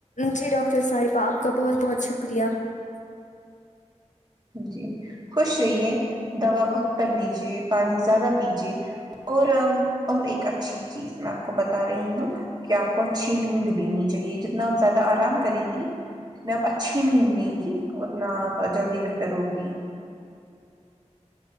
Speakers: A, on the left (about 85°); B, on the right (about 35°).
A: جی ڈاکٹر صاحبہ آپ کا بہت بہت شکریہ
B: جی خوش رہیے دوا وقت پر لیجے پانی زیادہ پیجیے اور اور ایک اچھی چیز میں آپ کو بتا رہی ہوں کہ آپ کو اچھی نیند لینی چاہیے جتنا آپ زیادہ آرام کریں گی اپ اچھی نیند لیں گی اتنا آپ جلدی بہتر ہوگی